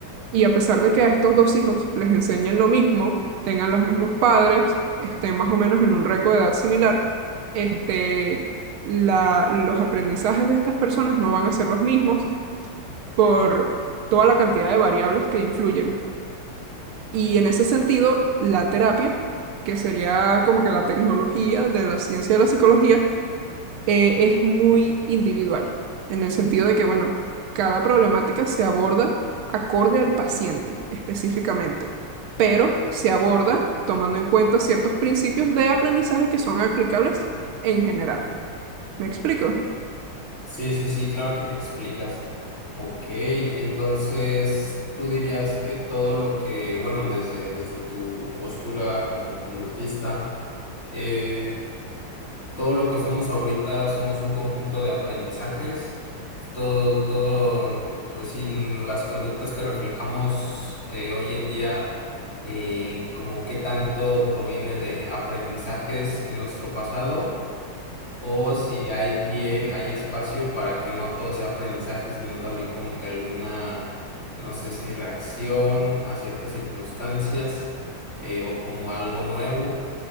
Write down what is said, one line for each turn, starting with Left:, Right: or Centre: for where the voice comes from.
Right: Y a pesar de que a estos dos hijos les enseñen lo mismo, tengan los mismos padres, estén más o menos en un rango de edad similar, este, la, los aprendizajes de estas personas no van a ser los mismos por toda la cantidad de variables que influyen. Y en ese sentido, la terapia, que sería como que la tecnología de la ciencia de la psicología, eh, es muy individual, en el sentido de que, bueno, cada problemática se aborda acorde al paciente específicamente, pero se aborda tomando en cuenta ciertos principios de aprendizaje que son aplicables en general. ¿Me explico?
Left: Sí, sí, sí, claro que te explicas. Ok, entonces tú dirías que todo lo que, bueno, desde, desde tu postura como conductista, eh, todo lo que somos ahorita somos un conjunto de aprendizajes. Todo, todo, pues sí, las conductas que reflejamos eh, hoy en día, eh, como qué tanto proviene de aprendizajes en nuestro pasado o si hay pie, hay espacio para que no todo sea aprendizaje, sino también como que alguna, no sé si reacción a ciertas circunstancias eh, o como algo nuevo,